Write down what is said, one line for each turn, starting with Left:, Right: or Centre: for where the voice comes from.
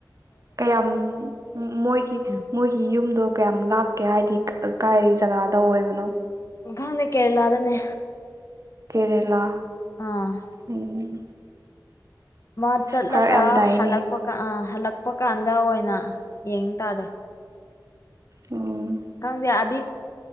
Right: ꯀꯌꯥꯝ ꯃꯣꯏꯒꯤ
Left: ꯎꯝ
Right: ꯃꯣꯏꯒꯤ ꯌꯨꯝꯗꯣ ꯀꯌꯥꯝ ꯂꯥꯞꯀꯦ ꯍꯥꯏꯗꯤ ꯀꯥꯏ ꯖꯒꯥꯗ ꯑꯣꯏꯕꯅꯣ
Left: ꯈꯪꯗꯦ ꯀꯦꯔꯦꯂꯥꯗꯅꯦ
Right: ꯀꯦꯔꯦꯂꯥ
Left: ꯑꯥ
Right: ꯎꯝ
Left: ꯃꯥ ꯆꯠꯂꯒ
Right: ꯐꯔꯛ ꯌꯥꯝ ꯇꯥꯏꯅꯦ
Left: ꯍꯜꯂꯛꯄ ꯀꯥꯟ ꯑꯥ ꯍꯜꯂꯛꯄ ꯀꯥꯟꯗ ꯑꯣꯏꯅ ꯌꯦꯡ ꯇꯥꯔꯦ
Right: ꯎꯝ
Left: ꯈꯪꯗꯦ ꯑꯕꯤ